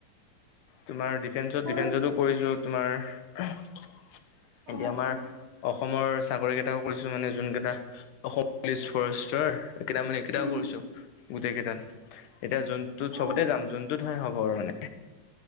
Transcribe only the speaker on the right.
কৰি
অ আচ্ছা
উম
অ